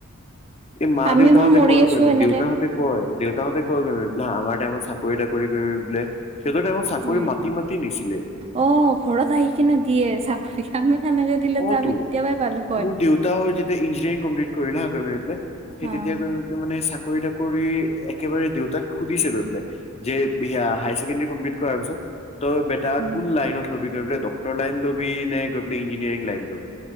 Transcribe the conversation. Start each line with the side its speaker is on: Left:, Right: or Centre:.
Left: এই মা
Right: আমিবোৰ
Left: দেউতা হঁতে
Right: মৰি
Left: কৰক
Right: আছো
Left: আৰু
Right: এনেকে
Left: দেউতা হঁতে কয় দেউতাহঁতে কৈ কৰিমি পোলে আমাৰ টাইমত চাকৰি তাকৰি কৰি মেলি পেলাই হেঁতৰ টাইমত চাকৰি
Right: উম।
Left: মাটি মাটি নিছিলে
Right: অ', ঘৰত আহি কিনে দিয়ে চাকৰি আমি সেনেকে দিলেতো
Left: অ'টো
Right: আমি কেতিয়াবাই পালো হয়।
Left: মোৰ দেউতাউ যেতিয়া ইঞ্জিনিয়াৰিং কমপ্লিট কৰিল হাঁ <unintelligible> পেলাই সেই
Right: অ'
Left: তেতিয়া গৈ পেলাই মানে চাকৰি তাকৰি একেবাৰে দেউতাক সুধিছে গৈ পেলাই যে হেয়া হাই ছেকেণ্ডাৰী কমপ্লিট কৰাৰ পিছত তই এটা
Right: উম,
Left: কোন লাইনত ল'বি গৈ পেলাই ডক্তৰ লাইন ল'বি নে গৈ পেলাই ইঞ্জিনিয়াৰিং লাইন ল'বি?